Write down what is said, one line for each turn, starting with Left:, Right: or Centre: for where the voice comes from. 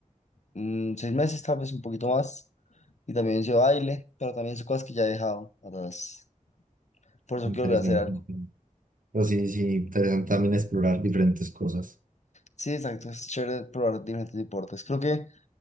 Left: mm, seis meses, tal vez un poquito más. Y también hice baile, pero también son cosas que ya he dejado atrás. Por eso
Right: interesante.
Left: quiero volver a hacer algo.
Right: Pero sí, sí, interesante también explorar diferentes cosas.
Left: Sí, exacto, es chévere probar diferentes deportes. Creo que